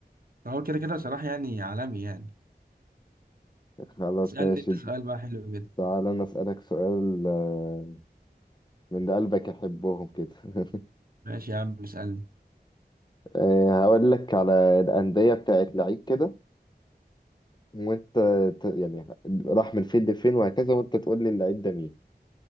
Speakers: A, on the right (about 60°); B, on the left (about 25°).
A: هو كده كده صلاح يعني عالمي يعني
B: خلاص
A: اسألني
B: ماشي
A: انت سؤال بقى حلو كده
B: تعال انا اسألك سؤال آه، من اللي قلبك يحبهم كده <laughs>
A: ماشي يا عم اسألني
B: آه، هقول لك على الأندية بتاعت لعيب كده وانت ت- يعني راح من فين لفين وهكذا وانت تقول لي اللعيب ده مين